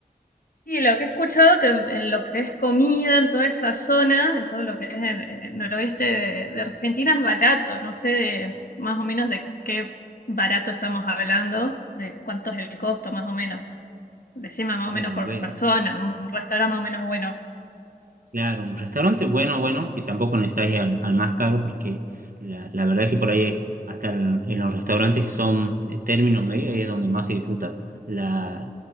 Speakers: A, on the left (about 65°); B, on the right (about 60°).
A: Y lo que he escuchado que en, en lo que es comida, en toda esa zona, en todo lo que es en, el noroeste de, de Argentina, es barato. No sé de- más o menos de qué barato estamos hablando, de cuánto es el costo más o menos. Decime más
B: Bueno,
A: o menos por
B: a ver.
A: persona, un restaurante más o menos bueno.
B: Claro, un restaurante bueno, bueno, que tampoco necesitas ir al, al más caro, porque la, la verdad es que por ahí, eh, hasta en, en los restaurantes que son eh, términos medios, es donde más se disfruta la,